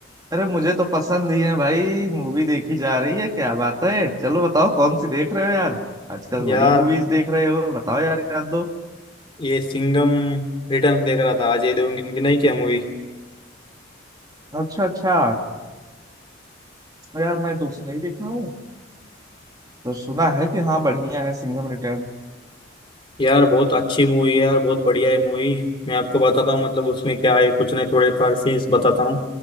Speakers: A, on the right; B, on the left.
A: अरे मुझे तो पसंद ही है भाई मूवी देखी जा रही है क्या बात है चलो बताओ कौन सी देख रहे हो यार आजकल
B: यार
A: बड़ी मूवीज देख रहे हो बताओ यार एक आध दो
B: ये सिंघम रिटर्न्स देख रहा था अजय देवगन की नहीं क्या मूवी
A: अच्छा अच्छा यार मैं तुमसे नहीं देखा हूँ तो सुना है कि हाँ बढ़िया है सिंघम रिटर्न
B: यार बहुत अच्छी मूवी है यार बहुत बढ़िया है मूवी मैं आपको बताता हूँ मतलब उसमें क्या है कुछ नहीं थोड़े फार सीन्स बताता हूँ